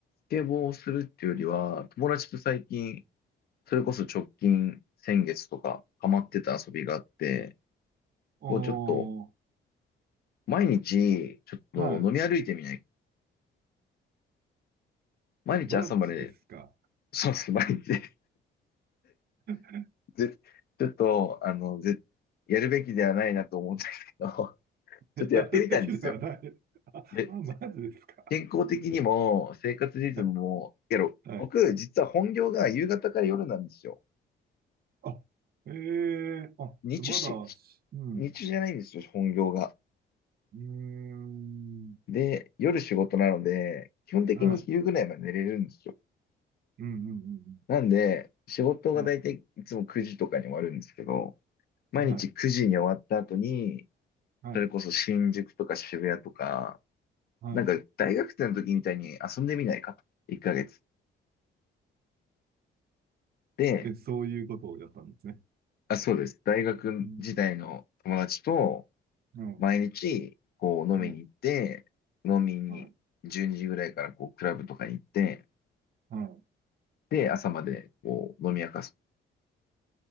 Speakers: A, on the left; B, on the right.
A: スケボーをするっていうよりは、友達と最近それこそ直近、先月とか、ハマってた遊びがあって、
B: あ、
A: こうちょっと、毎日、ちょっと飲み歩いてみない
B: はい。
A: 毎日朝まで、
B: マジですか。
A: そうですね、毎日 <laughs>
B: <laughs>
A: ぜちょっと、あの、ぜ、やるべきではないなと思うんですけど、<laughs> ちょっとやってみたんですよ。
B: やるべきではない。<laughs> あ、
A: で、
B: あ、マジですか。
A: 健康的にも、生活リズムも、
B: <laughs>
A: けど、
B: はい。
A: 僕、実は本業が夕方から夜なんですよ。
B: あ、ええあ、
A: 日中し、
B: まだ、うん。
A: 日中じゃないんですよ、本業が。
B: うーん。
A: で、夜仕事なので、基本的に昼ぐらいまで寝れるんですよ。
B: はい。うんうんうん
A: なんで、仕事が大体いつも9時とかに終わるんですけど、
B: うん。はい。
A: 毎日9時に終わった後に、
B: はい。はい。
A: それこそ新宿とか渋谷とか、
B: は
A: なんか大学生の時みたいに遊んでみないかと。1ヶ月。で、
B: い。え、そういうことをやったんですね。
A: あ、そうです。大学時代の友達と
B: うん。うん。
A: 毎日こう飲みに行って、
B: うん。
A: 飲みに12時ぐらいからこうクラブとかに行って、
B: はい。は
A: で、朝までこう飲み明かす